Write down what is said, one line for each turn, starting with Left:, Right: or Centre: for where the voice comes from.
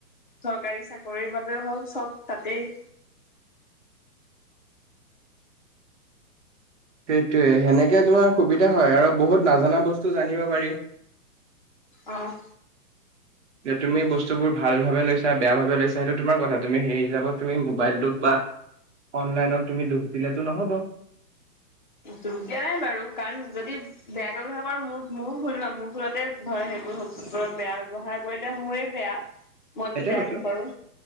Left: চৰকাৰী চাকৰিৰ বাবেও হওক চব তাতেই
Right: সেইটোয়ে, সেনেকে তোমাৰ সুবিধা হয় আৰু বহুত নাজানা বস্তু জানিব পাৰি।
Left: অ'।
Right: যে তুমি বস্তুবোৰ ভাল ভাবে লৈছা, বেয়া ভাবে লৈছা সেইটো তোমাৰ কথা, তুমি সেই হিচাপত তুমি মোবাইলটোক বা অনলাইনক তুমি দুষ দিলেতো নহ'ব।
Left: দোষ দিয়া নাই বাৰু কাৰণ যদি বেয়াকে ব্যৱহাৰ কৰা মোৰ মোৰ ভুল ন, মোৰ ভুলতে ধৰ সেইবোৰবোৰৰ বেয়া ব্যৱহাৰ কৰিলে মোৰে বেয়া, মই
Right: সেইটোয়ে
Left: যদি বেয়াকে
Right: কৈছো
Left: কৰো,